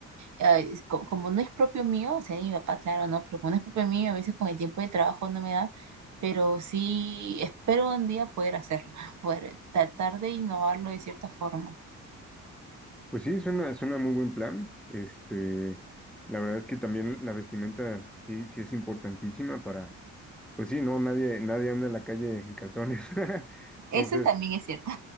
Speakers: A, on the right; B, in the centre.
A: eh, es co- como no es propio mío, o sea, de mi papá, claro, ¿no? Pero como no es propio mío, a veces con el tiempo de trabajo no me da, pero sí espero un día poder hacerlo, <laughs> poder tratar de innovarlo de cierta forma.
B: Pues sí, suena, suena muy buen plan. Este, la verdad es que también la vestimenta sí, sí es importantísima para, pues sí, no, nadie, nadie anda en la calle en calzones. <laughs> Entonces,
A: Eso también es cierto.